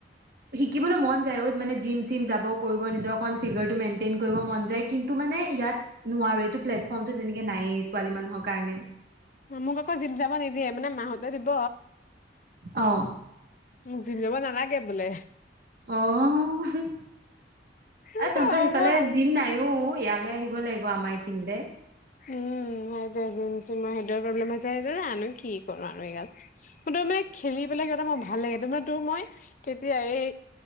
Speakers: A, on the right; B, on the left.
A: শিকিবলৈ মন যায় অ মানে জিম চিম যাব কৰিব নিজৰ অকণ ফিগাৰটো মেইনটেইন কৰিব মন যায় কিন্তু মানে ইয়াত নোৱাৰো এইটো প্লেটফৰ্মটো তেনেকে নায়েই ছোৱালী মানুহৰ কাৰণে
B: মোক আকৌ জীম যাব নিদিয়ে মানে মাঁ হত দিব
A: অ
B: মোক জিম যাব নালাগে তাকে বোলে
A: অহ
B: হ'ব
A: আ তহত সিফালে
B: আৰু
A: জিম নাইও ইয়ালৈ আহিব লাগিব আমাৰ এইখিনে
B: উম সেইটোৱেটো সেইটোৱে প্ৰব্লেম হৈছে যানো কি কৰো আৰু এইগাল মইতো মানে খেলি পেলাই ভাল লাগে তে তোৰ মই কেতিয়া এই